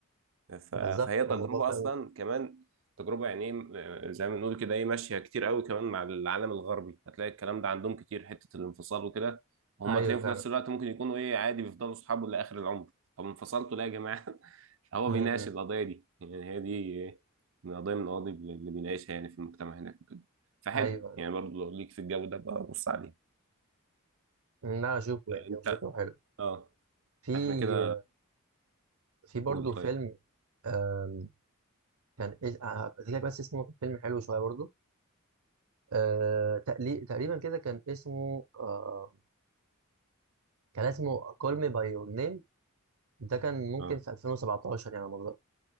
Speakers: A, on the right; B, on the right.
A: ف-
B: بالظبط
A: فهي
B: هو
A: تجربة
B: الموضوع فعلا
A: أصلا كمان تجربة يعني إيه، آه، زي ما بنقول كده إيه ماشية كتير قوي كمان مع العالم الغربي هتلاقي الكلام ده عندهم كتير حتة الانفصال وكده هم
B: ايوه
A: تلاقيهم
B: فعلا
A: في نفس الوقت ممكن يكونوا إيه عادي بيفضلوا صحابه لآخر العمر طب انفصلتوا ليه يا جماعة؟ <laughs> هو
B: مم.
A: بيناقش القضية دي يعني هي دي إيه، من قضية من القضايا اللي بيناقشها يعني في المجتمع هناك وكده فحلو
B: ايوه
A: يعني برضه لو ليك في الجو ده بقى بص عليه
B: لا اشوفه يعني
A: أنت
B: هو شكله حلو
A: أه
B: في
A: إحنا كده
B: في برضه
A: قول
B: فيلم
A: طيب
B: آم، كان إيه هفتكر لك بس اسمه كان فيلم حلو شويه برضه آه، تقلي- تقريبا كده كان اسمه آه، كان اسمه Call Me by Your Name ده كان ممكن
A: أه
B: في 2017 يعني على ما أتذكر.